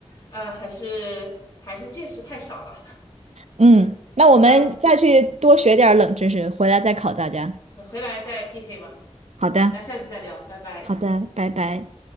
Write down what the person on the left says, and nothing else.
呃，还是还是见识太少了
啊，
回回来再 PK 吧，
那下次再聊，拜拜。